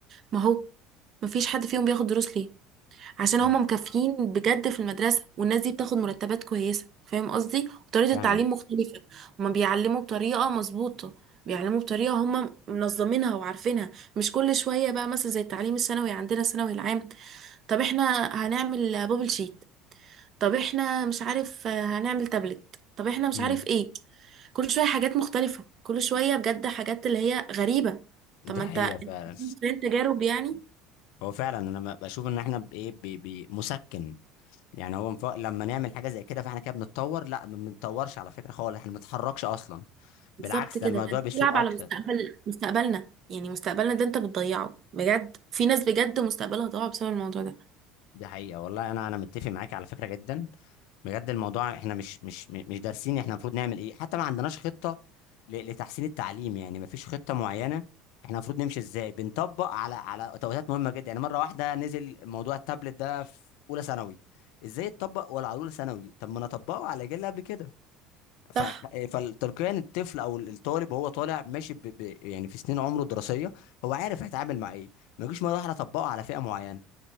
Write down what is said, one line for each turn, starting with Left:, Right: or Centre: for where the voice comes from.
Right: ما هو ما فيش حد فيهم بياخد دروس ليه عشان
Left: مم.
Right: هما مكافيين بجد في المدرسة والناس دي بتاخد مرتبات كويسة فاهم قصدي وطريقة
Left: فاهم
Right: التعليم مختلفة هما بيعلموا بطريقة مظبوطة بيعلموا بطريقة هما منظمينها وعارفينها مش كل شوية بقى مثلا زي التعليم الثانوي عندنا الثانوي العام طب احنا هنعمل بابل شيت طب احنا مش عارف هنعمل تابلت طب احنا مش
Left: مم.
Right: عارف ايه كل شوية حاجات مختلفة كل شوية بجد حاجات اللي هي غريبة طب
Left: دي
Right: ما
Left: حقيقة
Right: انت
Left: فعلا
Right: فين تجارب يعني
Left: هو فعلا انا ب- بشوف ان احنا بايه ب- ب- مسكن يعني هو مف... لما نعمل حاجه زي كده فاحنا كده بنتطور لا ما بنتطورش على فكره خالص احنا ما بنتحركش اصلا
Right: بالظبط
Left: بالعكس
Right: كده
Left: ده الموضوع
Right: انت
Left: بيسوء
Right: بتلعب على
Left: اكتر
Right: مستقبل مستقبلنا يعني مستقبلنا ده انت بتضيعه بجد في ناس بجد مستقبلها ضاع بسبب الموضوع ده
Left: دي حقيقة والله أنا أنا متفق معاك على فكرة جدا بجد الموضوع إحنا مش مش مش دارسين إحنا المفروض نعمل إيه حتى ما عندناش خطة ل- لتحسين التعليم يعني ما فيش خطة معينة إحنا المفروض نمشي إزاي بنطبق على على توقيتات مهمة جدا يعني مرة واحدة نزل موضوع التابلت ده في أولى ثانوي إزاي اتطبق ولا على أولى ثانوي طب ما أنا أطبقه على جيل قبل كده ف...
Right: صح
Left: فتلقائيا الطفل أو الطالب وهو طالع ماشي ب... ب... يعني في سنين عمره الدراسية هو عارف هيتعامل مع إيه ما يجيش مرة واحدة أطبقه على فئة معينة